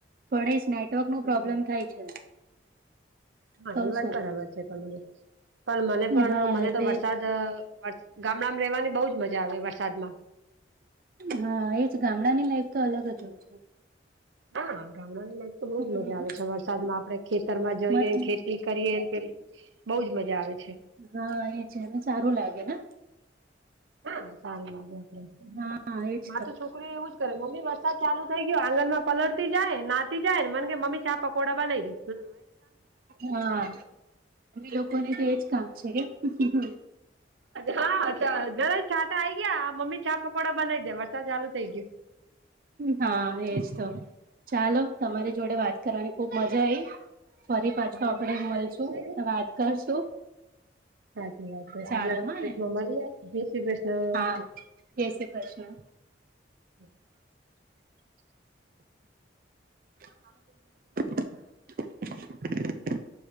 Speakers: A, on the right; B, on the right.
A: ભણેશ નેટવર્ક ન
B: હમ
A: પ્રોબ્લેમ થાય છે.
B: હા
A: તો
B: એ વાત
A: શું
B: બરાબર છે તમારે. પણ મને પણ
A: હા
B: મને
A: એટલે
B: તો વરસાદ ગામડામાં ર રહેવાની બહુજ મજા આવે વરસાદમાં
A: હા એજ ગામડા ની લાઈફ તો અલગ જ હોય છે.
B: હા ગામડા ની લાયક તો બહુજ
A: હમ
B: મજા આવે છે વરસાદમાં આપડે ખેતર માં જઈએ
A: મત
B: ખેતી કરીએને પે બઉજ મજા આવે છે.
A: હા એ છે એને સારું લાગે ને
B: હા સારું લાગે આપડે એટ
A: હા એજ
B: માર તો છો છોકરી એવું જ કરે મમ્મી વરસાદ ચાલુ થઈ ગયો આંગણ માં પલળતી જાય નાતી જાય ને મને કે મમ્મ ચા પકોડા બનાવી દે.
A: હા લોકોને તો એજ કામ છે. કેમ
B: હા જરા છાટા આ આવી ગયા મમ્મી ચા પકોડા બનાવી દે. વરસાદ ચાલુ થઇ ગયો.
A: હા એજ તો ચાલો તમારી જોડે વાત કરવાની ખુબ મજા આઈ ફરી
B: ગયો
A: પાછો
B: મને
A: આપડે
B: પણ મજા
A: મળશું
B: આવે છે
A: વાત કરશું.
B: હા જ હા
A: ચાલો
B: આગલા ટોપિકમાં
A: હા ને
B: મળ. જય શ્રી કૃષ્ણ.
A: હા જય શ્રી કૃષ્ણ.
B: <inaudible>
A: <inaudible>